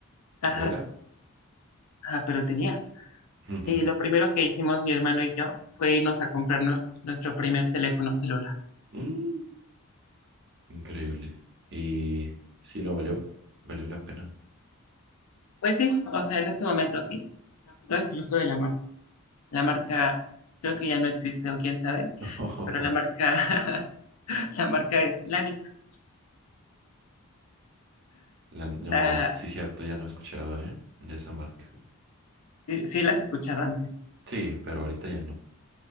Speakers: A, on the left; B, on the right.
A: Ajá,
B: lo era.
A: ajá, pero tenía.
B: <laughs>
A: Eh, lo primero que hicimos mi hermano y yo fue irnos a comprarnos nuestro primer teléfono celular.
B: Mm. Increíble. Y sí lo valió, valió la pena.
A: Pues sí, o sea, en ese momento sí. Me acuerdo incluso de la marca. La marca creo que ya no existe o quién sabe,
B: <laughs>
A: pero la marca, <laughs> la marca es Lanix.
B: La- no,
A: La,
B: sí, cierto, ya no he escuchado, ¿eh? De esa marca.
A: sí, sí las escuchaba antes.
B: Sí, pero ahorita ya no.